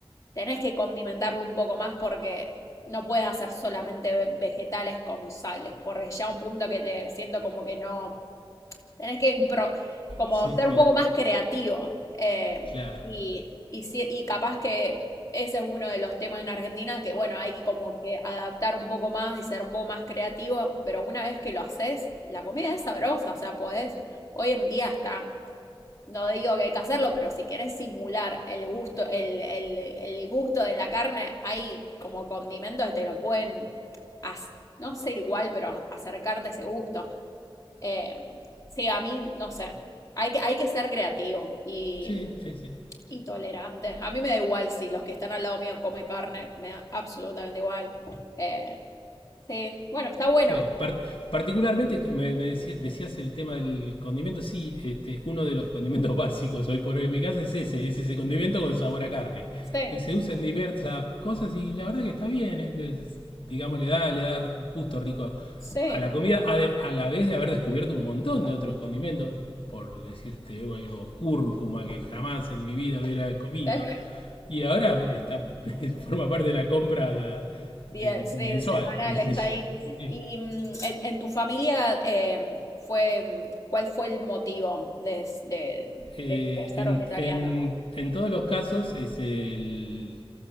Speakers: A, on the left (about 35°); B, on the left (about 65°).
A: tenés que condimentarlo un poco más porque no puedes hacer solamente ve- vegetales con sal, porque ya un punto que te siento como que no Tenés que impro- como
B: sí,
A: ser
B: sí,
A: un poco más creativo. eh,
B: claro,
A: y, y, si- y capaz que ese es uno de los temas en Argentina que, bueno, hay que como que adaptar un poco más y ser un poco más creativo, pero una vez que lo haces, la comida es sabrosa, o sea, podés, hoy en día está, no digo que hay que hacerlo, pero si querés simular el gusto, el, el, el gusto de la carne, hay como condimentos que te lo pueden, hac- no ser igual, pero acercarte a ese gusto. Eh, sí, a mí, no sé, hay que, hay que ser creativo y,
B: sí, sí, sí.
A: y tolerante. A mí me da igual si los que están al lado mío comen carne, me da absolutamente igual. Eh, sí, bueno, está bueno.
B: Sí, par- particularmente me, me decía- decías el tema del condimento, sí, este, uno de los condimentos <laughs> básicos hoy por hoy en mi casa es ese, es ese condimento con sabor a carne,
A: Sí,
B: que se usa en diversas cosas y la verdad que está bien, ¿eh? Es- digamos, le da, le da gusto rico
A: sí.
B: a la comida, ade- a la vez de haber descubierto un montón de otros condimentos, por decirte algo, cúrcuma que jamás en mi vida hubiera comido,
A: <laughs>
B: y ahora está, <laughs> forma parte de la compra de-
A: Diez,
B: de mensual.
A: sí, semanal
B: <laughs>
A: está ahí.
B: Sí.
A: Y mm, en, en tu familia eh, fue, mm, ¿cuál fue el motivo de, de, de
B: Eh,
A: que te hacer
B: en,
A: vegetariano?
B: en- en todos los casos es el-